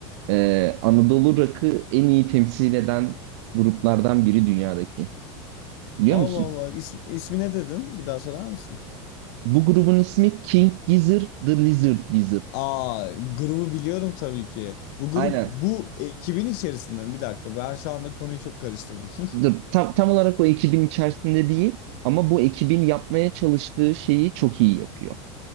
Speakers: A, on the right; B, on the left.
A: Ee, Anadolu rock'ı en iyi temsil eden gruplardan biri dünyadaki. Biliyor
B: Allah
A: musun?
B: Allah. İsm, ismi ne dedin? Bir daha söyler misin?
A: Bu grubun ismi King Gizzard The Lizard Wizard.
B: Aa, grubu biliyorum tabii ki. Bu grup
A: Aynen.
B: bu ekibin içerisinde mi? Bir dakika. Ben şu anda konuyu çok karıştırdım. <laughs>
A: Dur, Tam, tam olarak o ekibin içerisinde değil ama bu ekibin yapmaya çalıştığı şeyi çok iyi yapıyor.